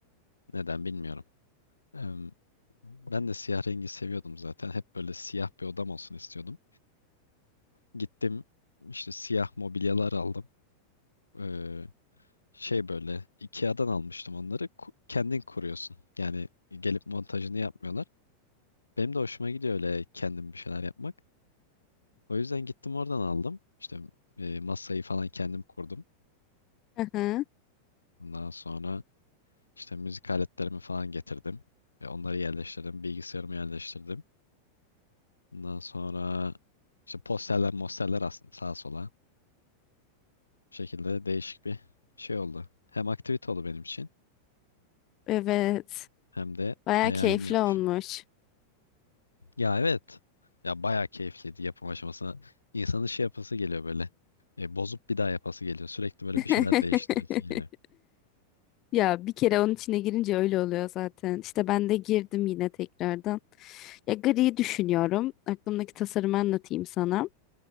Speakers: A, on the left (about 80°); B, on the left (about 35°).
A: Neden bilmiyorum. Em, ben de siyah rengi seviyordum zaten. Hep böyle siyah bir odam olsun istiyordum. Gittim işte siyah mobilyalar aldım. Ee, şey böyle IKEA'dan almıştım onları. Ku- Kendin kuruyorsun. Yani gelip montajını yapmıyorlar. Benim de hoşuma gidiyor öyle kendim bir şeyler yapmak. O yüzden gittim oradan aldım. İşte e, masayı falan kendim kurdum.
B: Hı hı.
A: Ondan sonra işte müzik aletlerimi falan getirdim. E, onları yerleştirdim. Bilgisayarımı yerleştirdim. Ondan sonra işte posterler mosterler astım sağa sola. Bu şekilde değişik bir şey oldu. Hem aktivite oldu benim için
B: Evet.
A: hem de
B: Baya
A: hayalimi
B: keyifli
A: yapmış
B: olmuş.
A: oldum. Ya evet. Ya bayağı keyifliydi yapım aşamasına. İnsanın şey yapası geliyor böyle. E, bozup bir daha yapası geliyor. Sürekli böyle
B: <laughs>
A: bir şeyler değiştiresi geliyor.
B: Ya bir kere onun içine girince öyle oluyor zaten. İşte ben de girdim yine tekrardan. Ya gri düşünüyorum. Aklımdaki tasarımı anlatayım sana.